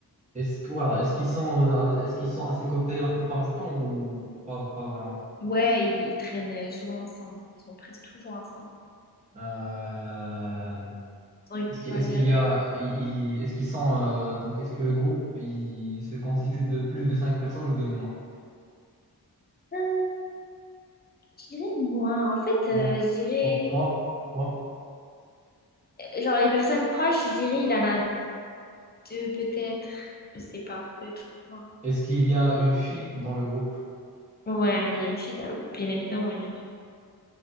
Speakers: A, on the right; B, on the left.
A: Est-ce que voilà, est-ce qu'ils sont euh, est-ce qu'ils sont à ses côtés la plupart du temps ou pas, pas vraiment?
B: Ouais, ils, ils traînent euh, souvent ensemble, ils sont presque toujours ensemble.
A: Euh,
B: Sinon, ils peuvent
A: Est-ce qu'il
B: pas
A: est-ce
B: aller
A: qu'il
B: ailleurs.
A: y a, il- il- est-ce qu'ils sont, euh, donc est-ce que le groupe il se constitue de plus de cinq personnes ou de moins?
B: Euh, je dirais moi, en fait, euh,
A: Moins.
B: je dirais,
A: Trois. Trois. Trois.
B: genre les personnes proches, je dirais, il en a deux peut-être, je sais pas, deux, trois.
A: Est-ce qu'il y a une fille dans le groupe?
B: Ouais, il y a une fille dans le groupe, bien évidemment, il y a une fille.